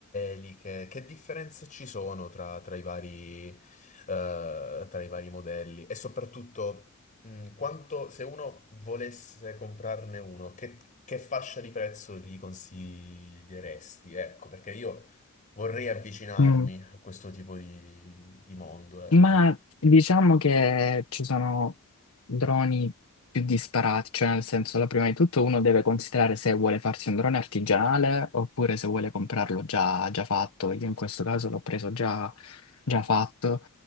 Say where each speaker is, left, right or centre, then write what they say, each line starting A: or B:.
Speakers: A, on the left (about 35°); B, on the left (about 75°).
A: eliche, che differenze ci sono tra, tra i vari, eh, tra i vari modelli? E soprattutto. Mm, quanto, se uno volesse comprarne uno, che, che fascia di prezzo gli consiglieresti? Ecco, perché io vorrei avvicinarmi
B: Mm.
A: a questo tipo di, di mondo, ecco.
B: Ma diciamo che ci sono droni più disparati, cioè nel senso, la prima di tutto uno deve considerare se vuole farsi un drone artigianale oppure se vuole comprarlo già, già fatto. Io in questo caso l'ho preso già, già fatto.